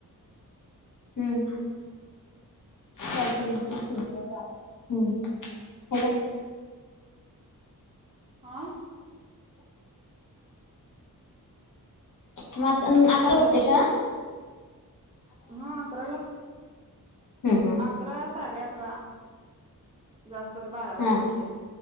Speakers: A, on the left; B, on the right.
A: हम्म चालतय कि असुदे हम्म हॅलो
B: हा
A: मग आता अकराला
B: बोला
A: भरते
B: की
A: शाळा
B: हा अकराला
A: हम्म, हम्म,
B: अकरा साडे अकरा जास्तवर बारा वाजते
A: हा